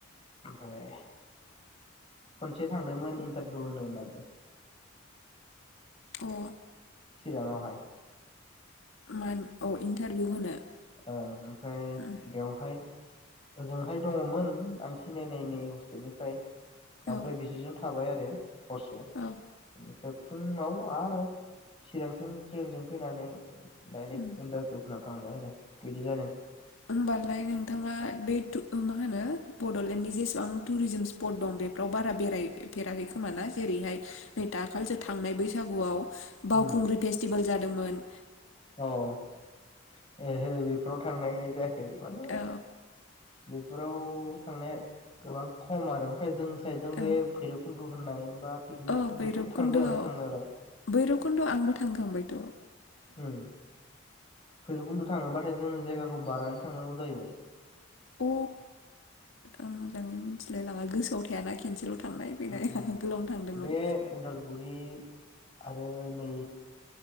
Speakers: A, on the left; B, on the left.
A: <unintelligible> खनसे थांदोंमोन इन्टारभिउ होनो होननानै।
B: अ
A: चिराङावहाय।
B: मान अ इन्टारभिउ होनो।
A: ओ ओमफ्राय
B: उम
A: बेवहाय ओजोंहाय दङमोन आं सिनायनायनायै हस्टेलनिफ्राय आमफ्राय
B: औ
A: बिसोरजों थाबाय आरो हरसे
B: औ
A: उमफ्राय फुङाव आरो चिरांसिम ट्रेनजों फैनानै डाइरेक्ट
B: उम।
A: इन्टारभिउहोना थांबाय आरो बिदि जादों।
B: होमबालाय नोंथाङा बे थु ओ मा होनो बड'लेण्डनि जेसेबां टुरिजिम स्पट दं बेफ्राव बारा बेरायफेराखै खोमा ना जेरैहाय नै दाखालिसो थांनाय बैसागुआव बावखुंग्रि
A: उम
B: फेस्टिभेल जा मोन।
A: अ ओहो बेफोराव थांनाय जाया बे माने
B: औ
A: बेफोराव थांनाया गोबां खम आरो। ओमफ्राय जों साइडजों
B: औ
A: बे भैरबखुन्द' होननाय बा पिकनिक
B: औ
A: स्पट
B: भैरबखुन्द'आव,
A: बेफोर थांदों थांनायालाय
B: भैरबकुन्द'आव आंबो थांखांबायथ'।
A: ओम भैरबखुन्द' थाङोबाथाय जोंनि जायगाखौ बारनानै थांनांगौ जायो।
B: अ आं मोजाङै मिथिलायलाङा गोसोआव थायाना खेनसेल' थांनाय फैनाय
A: ओम ओम
B: आंहा गोलावनो थांदोंमोन।
A: बे उदालगुरि आरो नै